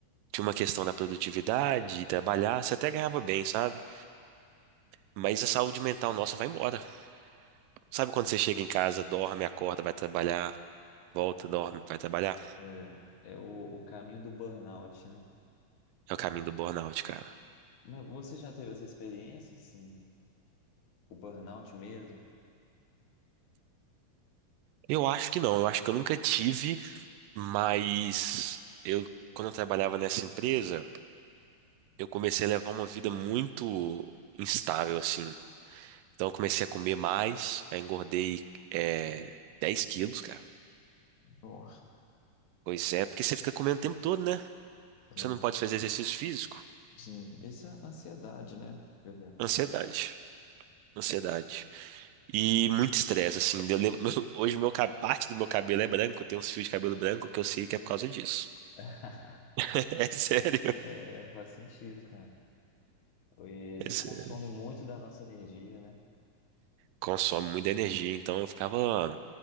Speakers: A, on the right; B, on the left.
A: tinha uma questão da produtividade, de trabalhar, você até ganhava bem, sabe? Mas a saúde mental nossa vai embora. Sabe quando você chega em casa, dorme, acorda, vai trabalhar, volta, dorme, vai trabalhar?
B: É, é o, o caminho do burnout, né?
A: É o caminho do burnout, cara.
B: Mas você já teve essa experiência, assim, o burnout mesmo?
A: Eu acho que não, eu acho que eu nunca tive, mas eu, quando eu trabalhava nessa empresa, eu comecei a levar uma vida muito instável, assim. Então eu comecei a comer mais, aí engordei é, 10 quilos, cara.
B: Nossa,
A: Pois é, porque você fica comendo o tempo todo, né?
B: é,
A: Você não pode fazer exercício físico.
B: sim. Isso é ansiedade, né? Quer dizer,
A: Ansiedade. ansiedade. E muito estresse, assim. Eu lembro, meu- <laughs> hoje meu, cab- parte do meu cabelo é branco, eu tenho uns fios de cabelo branco que eu sei que é por causa disso.
B: <laughs>
A: <laughs> É sério.
B: É, faz sentido, cara. E
A: É sério.
B: consome muito da nossa energia, né?
A: Consome muita energia, então eu ficava.